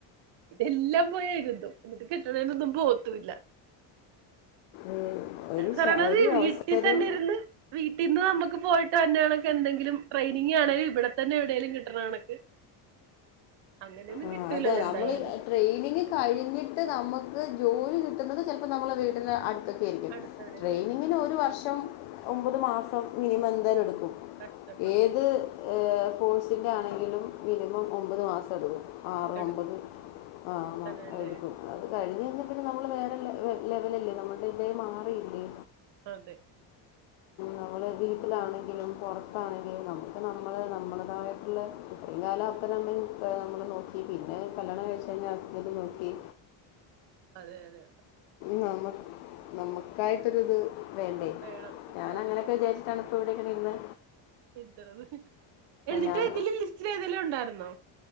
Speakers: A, on the right (about 60°); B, on the left (about 80°).
A: ഇതെല്ലാം പോയി എഴുതും എന്നിട്ട് കിട്ടണേനൊന്നും പോകത്തില്ല
B: ഉം. ഒരു
A: പറണത്
B: ശ- ഒരു
A: വീട്ടിൽ
B: അവസരം
A: തന്നെ ഇരുന്ന് വീട്ടിൽന്ന് നമ്മുക്ക് പോയിട്ട് വന്നെ കണക്കിന് എന്തെങ്കിലും ട്രെയിനിങ് ആണേലും ഇവിടെത്തന്നെ എവിടെലും കിട്ടണ കണക്ക് അങ്ങനെയൊന്നും
B: ആഹ്
A: കിട്ടൂലല്ലോ
B: അതെ
A: എന്തായാലും
B: നമ്മള് ട്രെയിനിങ് കഴിഞ്ഞിട്ട് നമ്മക്ക് ജോലി കിട്ടുന്നത് ചിലപ്പോൾ നമ്മളെ വീടിൻ്റെ അടുത്ത് ത്തൊക്കെ ആയിരിക്കും
A: അടുത്തെവിടേലും
B: ട്രെയിനിങ്ങിന്
A: ആയിരിക്കും
B: ഒരു വർഷം ഒമ്പത് മാസം മിനിമം എന്തായാലും എടുക്കും
A: കഷ്ടപ്പെടണം
B: ഏത് അ് സ്പോട്സിൻ്റെ ആണെങ്കിലും മിനിമം ഒമ്പത് മാസം എടുക്കും. ആറ്
A: എടുക്കും
B: ഒമ്പത് ആണ
A: അതെല്ലേ
B: അ എടുക്കും അത് കഴിഞ്ഞ് പിന്ന പിന്നെ നമ്മള് വേറെ ലെവലല്ലേ നമ്മളുടെ ഇതേ മാറിയില്ലേ
A: അതെ
B: നമ്മള് വീട്ടിലാണെങ്കിലും പൊ റത്താണെങ്കിലും നമുക്ക് നമ്മള് നമ്മളേതായിട്ടുള്ള ഇത്രയും കാലം അപ്പന അമ്മ നമ്മള് നോ പിന്നെ കല്യാണം കഴിച്ച് കഴിഞ്ഞ് ഹസ്ബന്റ്നോക്കി
A: അതതെ
B: നമു നമുക്കായിട്ടൊരു ഇത് വേണ്ടേ
A: വേണം സത്യവാ
B: ഞാൻ അങ്ങനെയൊക്കെ
A: സത്യം
B: വിചാരിച്ചിട്ടാണ് അവിടെ എങ്ങന ഇരുന്നെ
A: എഴുതണത് എഴുതിട്ട്
B: ഞാൻ
A: ഇതില് ലിസ്റ്റിൽ ഏതെലും ഉണ്ടായിരുന്നോ